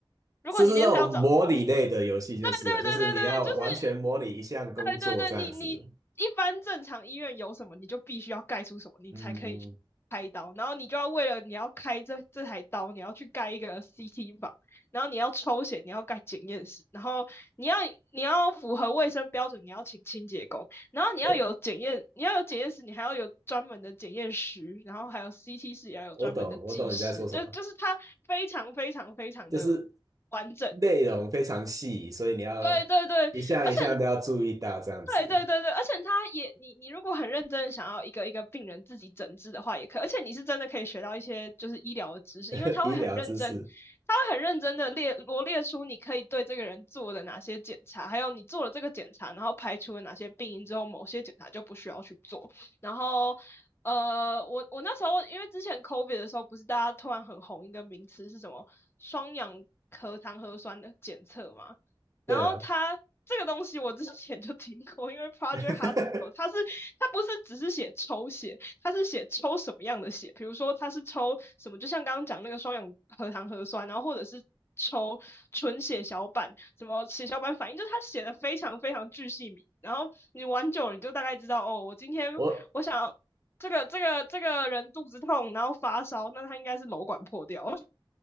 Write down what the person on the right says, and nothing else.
就是那种模拟类的游戏，就是了就是你要完全模拟一项工作这样子。
嗯，
哎，
我懂，我懂你在说什么，
就是
内容非常细，所以你要
一项一项都要注意到这样子。
<laughs>
医疗知识，
对啊，
<laughs>
我